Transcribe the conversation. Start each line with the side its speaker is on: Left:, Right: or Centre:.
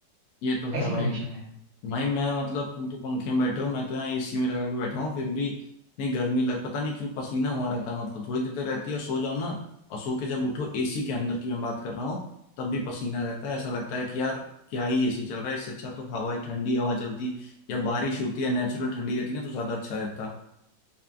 Left: ये तो है
Right: ऐसी
Left: भाई
Right: कंडीशन है
Left: भाई मैं मतलब तुम तो पंखे में बैठे हो मैं तो यहाँ एसी में लगा के बैठा हूँ फिर भी नहीं गर्मी लग पता नहीं क्यों पसीना हुआ रहता है मतलब थोड़ी देर तक रहती है सो जाओ ना और सो के जब उठो एसी के अंदर की मैं बात कर रहा हूँ तब भी पसीना रहता है ऐसा लगता है कि यार क्या ही एसी चल रहा है इससे अच्छा तो हवा ही ठंडी हवा चलती या बारिश होती है नेचुरल ठंडी रहती ना तो ज्यादा अच्छा रहता